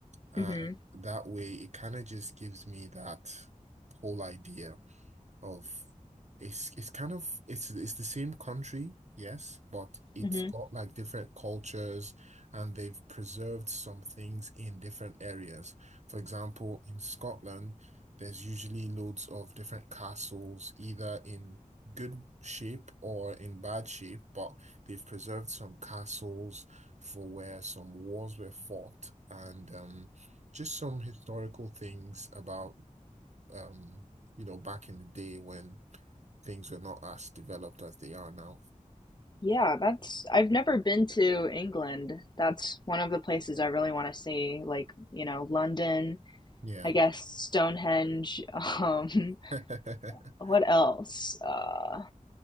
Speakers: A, on the right; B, on the left.
A: And
B: Mm-hmm,
A: that way, it kind of just gives me that whole idea of it's it's kind of it's it's the same country, yes, but it's
B: mm-hmm,
A: got like different cultures and they've preserved some things in different areas. For example, in Scotland, there's usually loads of different castles, either in good shape or in bad shape, but they've preserved some castles for where some wars were fought and um just some historical things about um, you know, back in the day when things were not as developed as they are now.
B: Yeah, that's I've never been to England. That's one of the places I really want to see, like, you know, London,
A: Yeah.
B: I guess Stonehenge, <laughs> um
A: <laughs>
B: what else? Uh